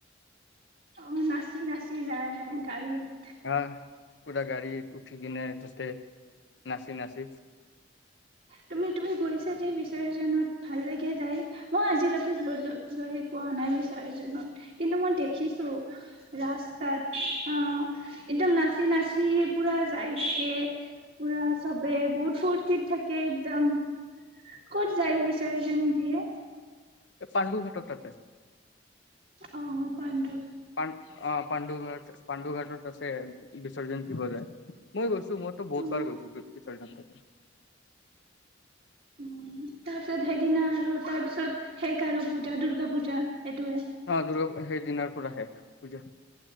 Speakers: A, on the right; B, on the left.
A: অ নাচি নাচি যায় গাড়ীত
B: আহ পুৰা গাড়ী উঠি কিনে তাতে নাছি নাছি
A: তুমি তুমি গৈছা যে বিচাৰজনত ভাল লাগে যাই মই আজিলৈকে গৈ পোৱা নাই বিচাৰজনত। কিন্তু মই দেখিছো ৰাস তাত অ একদম নাছি নাছি পোৰা যাই থাকে, পোৰা সৱে বহুত ফূৰ্তিত থাকে একদম ক'ত যায় বিচৰ্জন দিয়ে।
B: পাণ্ডু ঘাটত তাতে।
A: অ পাণ্ড
B: পান অ পাণ্ডুঘাট পাণ্ডুঘাট ততে বিসৰ্জন দিব যায় মই গৈছোঁ মইতো বহুত
A: অ
B: বাৰ গৈছো বিসৰ্জন তে।
A: উম তাৰ পিছত সেইদিনা আৰু তাৰ পিছত শেষ আৰু পূজা দুৰ্গা পূজা এইটোয়ে
B: অ দুৰ্গা সেই দিনাৰ পৰা শেষ। পূজা